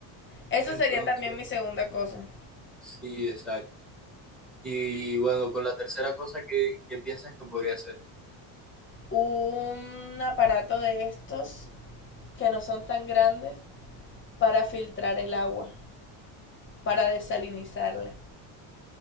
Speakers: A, on the left; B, in the centre.
A: Eso
B: Entonces,
A: sería también mi segunda cosa.
B: sí, exacto. Y bueno, con la tercera cosa, ¿qué, qué piensas que podría hacer?
A: Un aparato de estos que no son tan grandes para filtrar el agua, para desalinizarla.